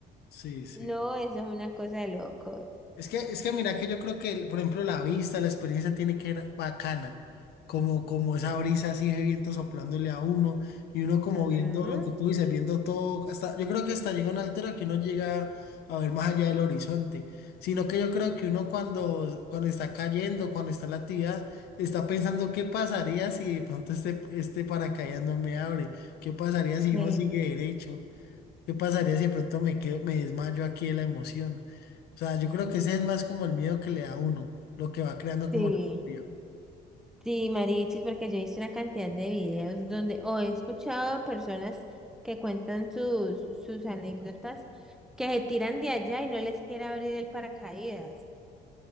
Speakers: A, on the left; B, in the centre.
A: Sí, sí.
B: no, eso es una cosa de locos.
A: Es que, es que mira que yo creo que, el- por ejemplo, la vista, la experiencia tiene que ser bacana, como, como esa brisa así de viento soplándole a uno y uno como
B: Ajá.
A: viendo lo que tú dices, viendo todo, hasta, yo creo que hasta llega una altura que uno llega a ver más allá del horizonte, sino que yo creo que uno cuando, cuando está cayendo, cuando está en la actividad, está pensando qué pasaría si de pronto este, este paracaídas no me abre, qué pasaría si
B: Eh,
A: uno sigue derecho. ¿Qué pasaría si de pronto me quedo, me desmayo aquí de la emoción? O sea, yo creo que ese es más como el miedo que le da a uno, lo que va creando
B: Sí,
A: como la fobia.
B: sí, Marichis, porque yo he visto una cantidad de videos donde o he escuchado personas que cuentan sus, sus anécdotas que se tiran de allá y no les quiere abrir el paracaídas.